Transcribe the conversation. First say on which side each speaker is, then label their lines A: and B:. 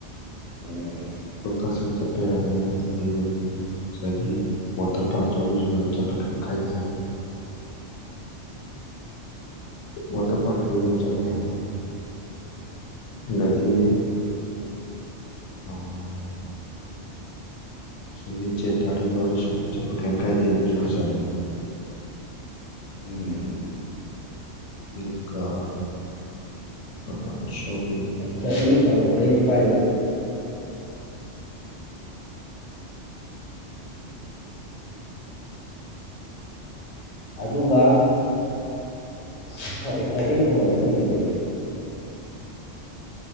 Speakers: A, on the left (about 45°); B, on the left (about 90°).
A: ꯎꯝ
B: ꯂꯣꯛꯇꯥꯛꯁꯤ ꯑꯗꯨꯝ ꯆꯠꯄ ꯌꯥꯔꯦ ꯑꯗꯒꯤ ꯑꯗꯨꯝ ꯉꯁꯥꯏꯒꯤ ꯋꯥꯇꯔ ꯄꯥꯔꯛꯇꯣ ꯑꯗꯨꯔꯁꯨ ꯑꯗꯨꯝ ꯆꯠꯄ ꯀꯔꯤꯝ ꯀꯥꯏꯗꯦ ꯋꯥꯇꯔ ꯄꯥꯔꯛꯁꯤꯁꯨ ꯑꯗꯨꯝ ꯆꯠꯅꯩ ꯍꯥꯏꯕ ꯑꯗꯒꯤ
A: ꯆꯪꯉꯣ
B: ꯑꯥ ꯁꯤꯒꯤ ꯖꯤꯠ ꯒꯥꯔꯗꯦꯟ ꯁꯨ ꯆꯠꯄ ꯀꯩꯝ ꯀꯥꯏꯗꯦ ꯑꯗꯨꯁꯨ ꯐꯖꯕꯅꯦ
A: ꯎꯝ
B: ꯑꯗꯨꯒꯀ ꯑ ꯁꯣꯝ
A: ꯁ ꯑꯩꯒꯤ ꯐꯣꯟ ꯇꯧꯈꯠꯂꯛꯏꯁꯁꯤ ꯄꯥꯏꯁꯦ ꯎ ꯑꯗꯨꯒ ꯑꯁ ꯁꯥꯏ ꯁꯥꯏꯗꯒꯤ ꯐꯣꯟ ꯇꯩꯁꯟꯂꯛꯏꯅꯤ ꯇꯧꯏꯖ‌ꯦ